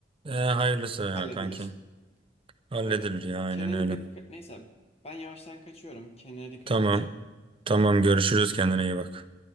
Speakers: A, on the right (about 30°); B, on the left (about 35°).
A: E, hayırlısı
B: Ya,
A: ya
B: Halledilir.
A: kanki. Halledilir
B: Öyle.
A: ya aynen
B: Kenan'a
A: öyle.
B: dikkat... Neyse ben yavaştan kaçıyorum. Kenan'a dikkat
A: Tamam.
B: et hocam.
A: Tamam görüşürüz kendine iyi bak.